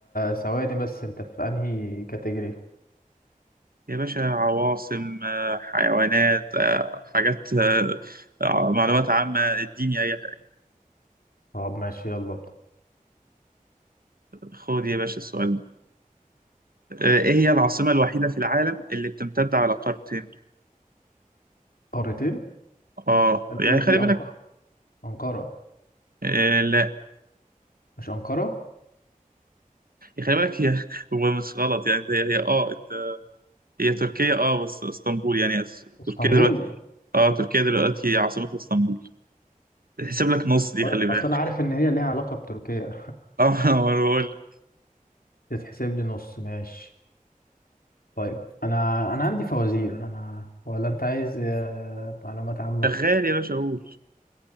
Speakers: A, on the left; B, on the right.
A: ثواني بس انت في انهي كاتيجوري
B: يا باشا عواصم آه، حيوانات آه، حاجات آه، آه، معلومات عامه اديني اي حاجه
A: طب ماشي يلا ابدأ
B: خد يا باشا السؤال ده آه، ايه هي العاصمه الوحيده في العالم اللي بتمتد على قارتين
A: قارتين
B: اه يعني
A: دي دي
B: خلي بالك
A: أنقرة أنقرة
B: آه لا
A: مش أنقرة
B: خلي بالك هي <laughs> هو مش غلط يعني ده- هي اه انت هي تركيا اه بس اسطنبول يعني أس-
A: اسطنبول
B: تركيا دلوقتي اه تركيا دلوقتي عاصمتها اسطنبول تحسب لك نص دي
A: طيب
B: خلي بالك
A: اصل انا عارف
B: <laughs>
A: ان هي ليها علاقة بتركيا
B: اه انا بقول لك
A: تتحسب لي نص ماشي طيب انا انا عندي فوازير انا ولا انت عايز آه، معلومات عامة
B: شغال يا باشا اقول